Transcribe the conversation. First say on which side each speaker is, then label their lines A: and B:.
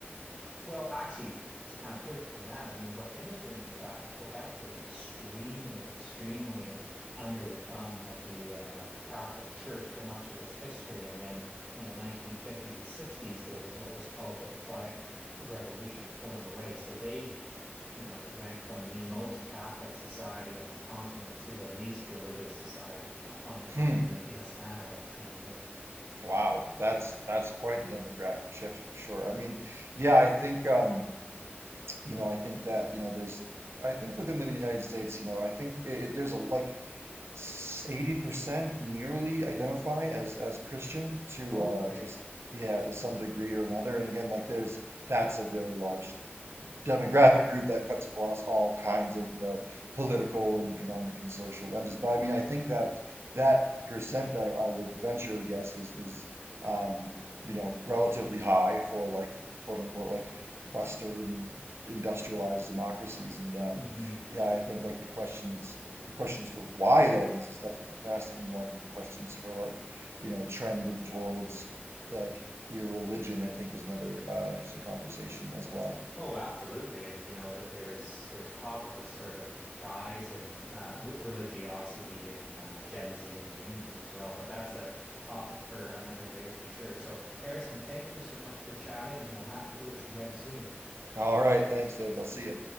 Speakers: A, in the centre; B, on the right.
A: Well, actually, to kind of pivot from that, I mean, what's interesting is that Quebec was extremely, extremely under the thumb of the uh, Catholic Church for much of its history. And then in the 1950s and 60s, there was what was called the Quiet Revolution pulling away. So they, you know, went from the most Catholic society on the continent to the least religious society on the continent
B: hmm
A: in a span of like 10 years.
B: Wow, that's that's quite the demographic shift for sure. I mean, yeah, I think um, you know, I think that, you know, there's I think within the United States, you know, I think it, it- there's a like s- 80% nearly identify as as Christian to
A: Oh,
B: uh
A: okay.
B: to s- yeah, to some degree or another. And again, like there's that's a very large demographic group that cuts across all kinds of, you know, political and economic and social lenses. But I mean, I think that that percent, I, I would venture a guess is is um, you know, relatively high for like quote unquote like Western industrialized democracies. And um,
A: hmm
B: yeah, I think like the questions the questions for why that is is definitely a fascinating one. And the questions for like, you know, trending towards like irreligion, I think is another uh, interesting conversation as well.
A: Oh, absolutely. And you know, th- there's there's talk of a sort of rise in uh, r religiosity and uh, Gen Z and Zoomers as well. But that's a topic for another day for sure. So, Harrison, thank you so much for chatting, and we'll have to do this again soon.
B: All right, thanks, David. I'll see you.